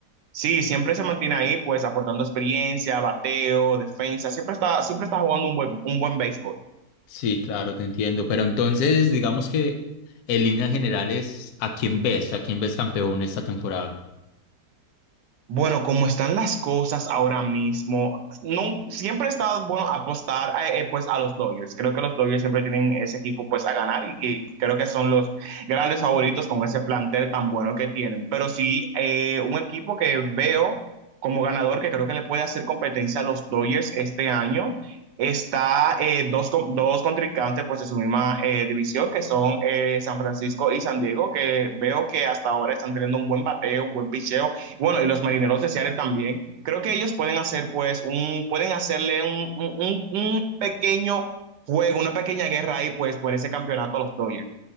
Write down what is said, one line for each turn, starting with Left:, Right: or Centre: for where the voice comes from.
Right: Sí, siempre se mantiene ahí pues aportando experiencia, bateo, defensa, siempre está siempre está jugando un buen un buen béisbol.
Left: Sí, claro, te entiendo. Pero entonces, digamos que en líneas generales, ¿a quién ves? ¿A quién ves campeón esta temporada?
Right: Bueno, como están las cosas ahora mismo, no, siempre está bueno apostar a, eh, pues a los Dodgers. Creo que los Dodgers siempre tienen ese equipo pues a ganar y que creo que son los grandes favoritos con ese plantel tan bueno que tienen. Pero sí, eh, un equipo que veo como ganador que creo que le puede hacer competencia a los Dodgers este año. Está eh, dos, con- dos contrincantes pues de su misma eh, división que son eh, San Francisco y San Diego, que veo que hasta ahora están teniendo un buen bateo, un buen picheo bueno, y los marineros de Seattle también. Creo que ellos pueden hacer, pues, un, pueden hacerle un, un, un- un pequeño juego, una pequeña guerra ahí, pues, por ese campeonato a los Dodgers.